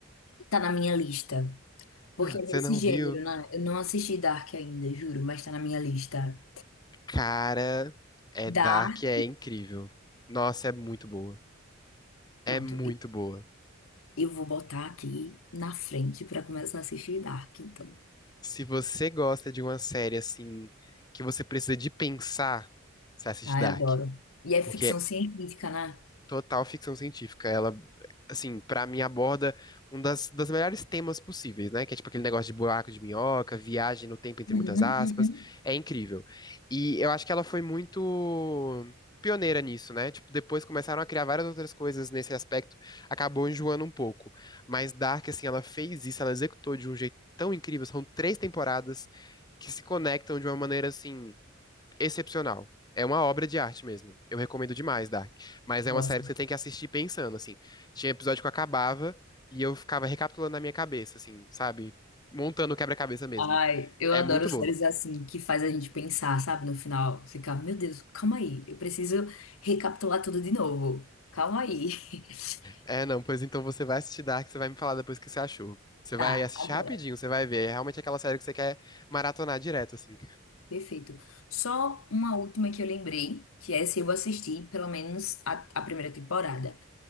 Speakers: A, on the left; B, on the left.
A: Tá na minha lista. Porque é
B: Você
A: desse
B: não
A: gênero,
B: viu?
A: né? Eu não assisti Dark ainda, juro, mas tá na minha lista.
B: Cara, é Dark,
A: Dark.
B: é incrível. Nossa, é muito boa. É
A: Pronto,
B: muito
A: e-
B: boa.
A: eu vou botar aqui na frente pra começar a assistir Dark, então.
B: Se você gosta de uma série, assim, que você precisa de pensar, você assiste
A: Ai,
B: Dark.
A: adoro. E é
B: Porque
A: ficção científica, né?
B: Total ficção científica. Ela, assim, pra mim aborda um das, das melhores temas possíveis, né? Que é tipo aquele negócio de buraco de minhoca, viagem no tempo entre
A: Uhum,
B: muitas aspas.
A: uhum.
B: É incrível. E eu acho que ela foi muito pioneira nisso, né? Tipo, depois começaram a criar várias outras coisas nesse aspecto, acabou enjoando um pouco. Mas Dark, assim, ela fez isso, ela executou de um jeito tão incrível. São três temporadas que se conectam de uma maneira, assim excepcional. É uma obra de arte mesmo. Eu recomendo demais, Dark. Mas é
A: Gosto.
B: uma série que você tem que assistir pensando, assim. Tinha episódio que eu acabava e eu ficava recapitulando na minha cabeça, assim, sabe? Montando o quebra-cabeça mesmo.
A: Ai, eu
B: É
A: adoro
B: muito boa.
A: séries assim, que faz a gente pensar, sabe? No final, ficar, meu Deus, calma aí, eu preciso recapitular tudo de novo. Calma aí. <laughs>
B: É, não, pois então você vai assistir Dark, você vai me falar depois o que você achou. Você vai
A: Tá,
B: assistir
A: agora,
B: rapidinho, você vai ver. É realmente aquela série que você quer maratonar direto, assim.
A: perfeito. Só uma última que eu lembrei, que essa eu assisti, pelo menos a, a primeira temporada.